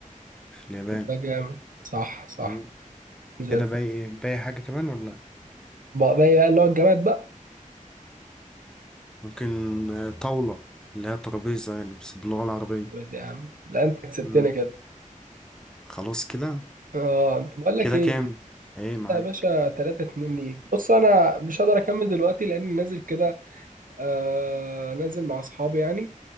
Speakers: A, in the centre; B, on the right.
A: في اليابان
B: ده جامد صح صح
A: مم.
B: زي
A: كده
B: الفل
A: باي باي حاجة كمان ولا لأ؟
B: بقى بقى إيه بقى اللي هو الجماد بقى
A: ممكن آه، طاولة اللي هي ترابيزة يعني بس باللغة العربية
B: طب يا عم لا انت كسبتني
A: مم.
B: كده
A: خلاص كده
B: اه انت بقول لك
A: كده
B: ايه
A: كام ايه معاك
B: أنت يا باشا 3 2 ليك بص انا مش هقدر اكمل دلوقتي لاني نازل كده آه نازل مع اصحابي يعني